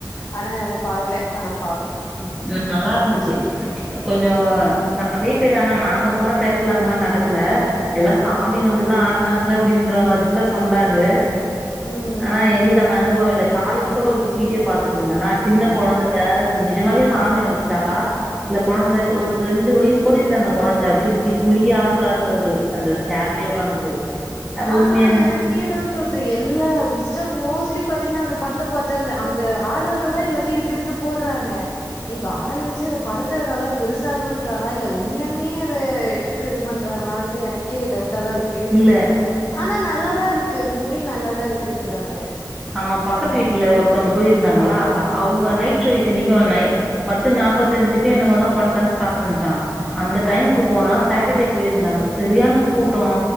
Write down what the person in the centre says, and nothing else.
ந நல்லா இருந்துச் ச்சு கொஞ்சோ நெறைய பேர் ஆனா நாங்க போன தியேட்டர்ல அந்த மாரி நடக்கல எல்லா சாமி
வந்துலா சொன்னாங்க அப்டின்ற மாதிரல்லாம் சொன்னாங்க
ஆனா எங்களுக்கு அந்த அனுபவம் இல்ல காலையில கூட ஒரு வீடியோ பாத்துட்டு இருந்தேன நான் சின்ன கொழந்த நிஜமாவே சாமி வந்துச்சா இல்ல கெழந்த
ஒரு ரெண் பத்து வயசு கூட இல்ல அந்த கெழந்த அப்படியே முறுக்கி முறுக்கி ஆடுறாறு அவரு அந்த சேர்லே உக்காந்துட்டு அது
உண்மையா என்னன்
இல்ல
ஆமா
பக்கத்து வீட்டுல ஒர் ஒருத்தவங்க போயிருந்தாங்களா அவங்க நைட்ஷோ
இத்தி நிக்கு நை பத்து நாபத்தஞ்சுக்கு என்னமோதான் படோல ஸ்டார்ட் பண்ணுச்சா அந்த
டைமுக்கு போனா சாட்டடே போயிருந்தாங்க செரியான கூட்டம்